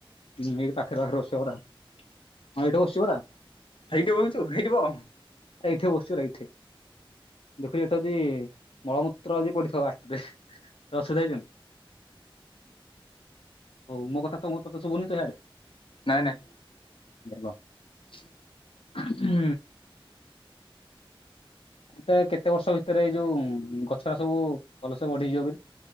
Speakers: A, on the left; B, on the left.
A: ହୁଁ ଏଇ ପାଖରେ ପାଖରେ ବସିବା ପରା, ହଁ ଏଇଠି ବସଚି ପରା।
B: ହେଇଟି ବଉଚୁ ହେଇଟି ବ।
A: ଏଇଠେ ବସୁଚି ପରା ଏଇଠେ। ଦେଖୁଚି ଏଠି ଯଦି ମଳମୂତ୍ର ଯଦି ପଡିଥିବ ଆଗରେ ଅସୁବିଧା ହେଇଯିବନି? ହଉ ମୋ କଥା ତ ମୁଁ ତୋତେ ଶୁଭନି ତ ହିଆଡେ?
B: ନାଇଁ ନାଇଁ।
A: <unintelligible>
B: ହ
A: ହୁଁ। କେତେ କେତେ ବର୍ଷ ଭିତରେ ଏଇ ଯୋଉ ଉଁ ଗଛଟା ସବୁ ଭଲସେ ବଢ଼ି ଯିବ କହିଲୁ?